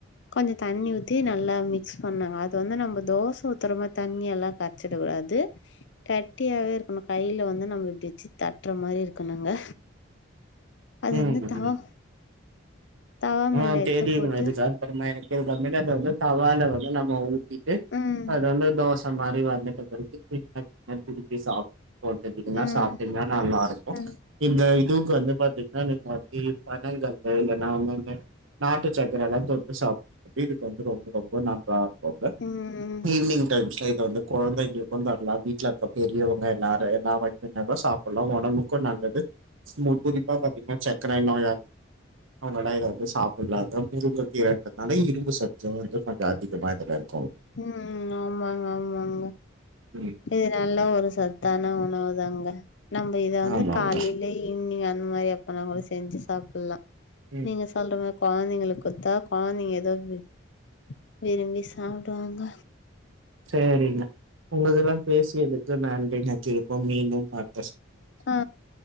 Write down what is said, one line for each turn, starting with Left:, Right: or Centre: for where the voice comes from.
Left: கொஞ்ச தண்ணி ஊத்தி நல்லா மிக்ஸ் பண்ணுக அது வந்து நம்ம தோச ஊத்தற மாரி தண்ணியாலா கரச்சிடக் கூடாது தட்டியாவே இருக்கணு கைல வந்து நம்ம இப்டி வெச்சு தட்டுற மாரி இருக்கணுங்க அது
Right: ம்
Left: வந்து தவா
Right: ம்.
Left: தவா
Right: ஆ
Left: மேல
Right: தெரிதுங்க
Left: எத்த போட்டு
Right: இது சான் படமா எனக்கு எது <unintelligible> தவால வந்து நம்ம உப் திட்டு
Left: ம்,
Right: அது வந்து தோச மாரி வந் <unintelligible> சாப் ஃபோர் தர்ட்டீக்கெல்லா
Left: ம்,
Right: சாப்ட்டீங்னா நல்லாருக்கோ
Left: ம்,
Right: இந்த இ டுக் வந்து பாத்தீங்னா நீங்க அப்டி பனங்கற்ப்பே எல்லாமே நாட்டுசக்கர எல்லாமே தொட்டு சாப் வீட்டுக்கு வந்து ரொம்ப ரொம்ப நல்லாருக்கோல்ல
Left: ம்,
Right: ஈவி்னிங் டைம்ஸ்ல இது வந்து கொழந்தைங்களுக்கு தரலா வீட்ல இருக்க பெரியவங்க எல்லாரு எல்லா வகையினரு சாப்புல்லா ஒடம்புக்கு நல்லது மு குறிப்பா பாத்தீங்னா சக்கர நோய அவ்கெல்லா இத இது சாப்புல்லா <unintelligible> இரும்பு சத்து வந்து கொஞ்சோ அதிகமாக இதுலர்க்
Left: ம் ஆமாங்க ஆமாங்க
Right: ம்.
Left: இது நல்லா ஒரு சத்தான உணவுதாங்க நம்ப இத வந்து
Right: ஆமாங்க.
Left: காலிலே ஈவி்னிங் அந் ந்த மாரி அப்பன்னா கூட செஞ்சு சாப்புல்லா
Right: ம்.
Left: நீங்க சொல்ற மா கொழந்தைங்களுக் கொத்தா கொழந்தைங்க ஏதோ வி விரும்பி சாப் டுவாங்க
Right: சேரிங்க உங்ககுல்லா பேசி எடுத்து நன்றீங்க திருப்போ மீண்டும் அ
Left: ஆ